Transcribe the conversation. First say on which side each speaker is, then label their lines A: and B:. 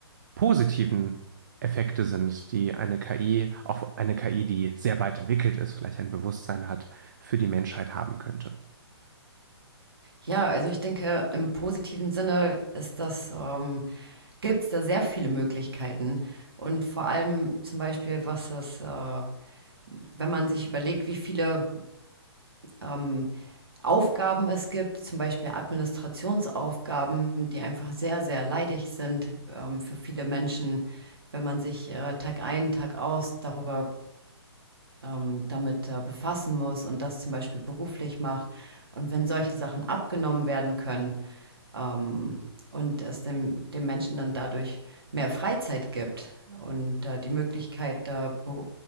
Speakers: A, on the right; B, on the right.
A: positiven Effekte sind, die eine KI, auch eine KI, die sehr weit entwickelt ist, vielleicht ein Bewusstsein hat, für die Menschheit haben könnte.
B: Ja, also ich denke, im positiven Sinne ist das, ähm, gibt es da sehr viele Möglichkeiten. Und vor allem zum Beispiel, was es, äh, wenn man sich überlegt, wie viele ähm, Aufgaben es gibt, zum Beispiel Administrationsaufgaben, die einfach sehr, sehr leidig sind ähm, für viele Menschen, wenn man sich äh, Tag ein, Tag aus darüber ähm, damit äh, befassen muss und das zum Beispiel beruflich macht. Und wenn solche Sachen abgenommen werden können, ähm, und es dem, dem Menschen dann dadurch mehr Freizeit gibt und äh, die Möglichkeit, da be